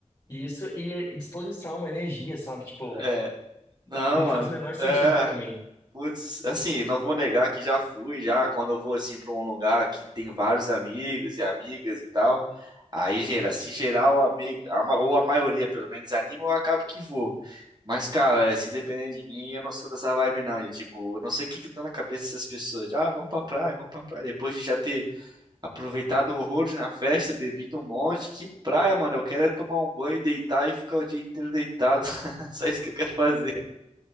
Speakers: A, on the left; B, on the right.
A: isso e disposição, energia, sabe? Tipo,
B: É, não,
A: não
B: mano.
A: faz o menor sentido
B: É,
A: pra mim.
B: Putz, assim, não vou negar que já fui, já quando eu vou assim para um lugar que tem vários amigos e amigas e tal, aí gera, se geral a me- a ma- ou a maioria pelo menos anima, eu acabo que vou. Mas cara, se depender de mim, eu não sou dessa vibe não, de tipo, eu não sei o que que dá na cabeça dessas pessoas, de, ah, vamos pra praia, vamos pra praia, depois de já ter aproveitado horrores na festa, bebido um monte, que praia, mano, eu quero é tomar um banho, deitar e ficar o dia inteiro deitado. <laughs> Só isso que eu quero fazer.